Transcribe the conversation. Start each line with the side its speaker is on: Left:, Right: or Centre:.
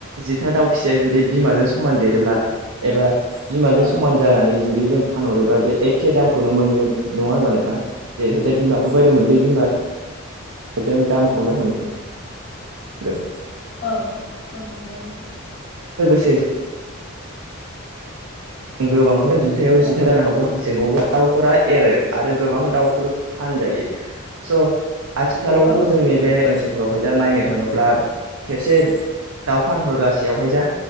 Right: जिथा दाउ फिसाया जुदि बिमाजों स समान देरोब्ला एबा बिमाजों
Left: औ
Right: समान जानानै जुदि जों फानहरोब्ला बे एखे दामखौनो मोनगोन नङा होनबा नोंथां जेरैहाय जे बिमाखौ बायदों बे बिमा जों दामखौनो मोन गोन
Left: औ औ नंगौ नोंथां
Right: से गोबांखौ जिथायाव
Left: औ
Right: जिथा जानो हागौ माखासे जेनबा दाउफोरा एरो आरो गोबां दाउफोर फानजायो स' आथिखालावथ'
Left: औ
Right: जोंनि बे ओनसोलफ्रावहाय दा नायनो थाङोब्ला खेबसे दाव फान हरगासिनो सेयावहाय जा